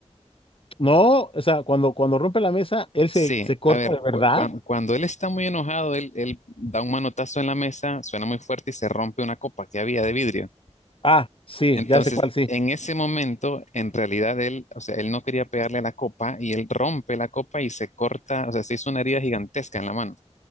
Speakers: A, on the left; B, on the left.
A: No, o sea, cuando, cuando rompe la mesa, él se,
B: Sí,
A: se corta
B: a ver,
A: de verdad.
B: cu- cuan- cuando él está muy enojado, él, él da un manotazo en la mesa, suena muy fuerte y se rompe una copa que había de vidrio.
A: Ah, sí,
B: Entonces,
A: ya sé cuál, sí.
B: en ese momento, en realidad él, o sea, él no quería pegarle a la copa y él rompe la copa y se corta, o sea, se hizo una herida gigantesca en la mano.